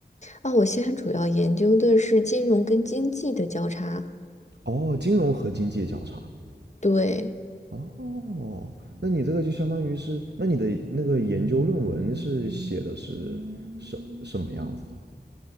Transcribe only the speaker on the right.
哦，金融和经济交叉。
哦，那你这个就相当于是，那你的那个研究论文是写的是什什么样子的？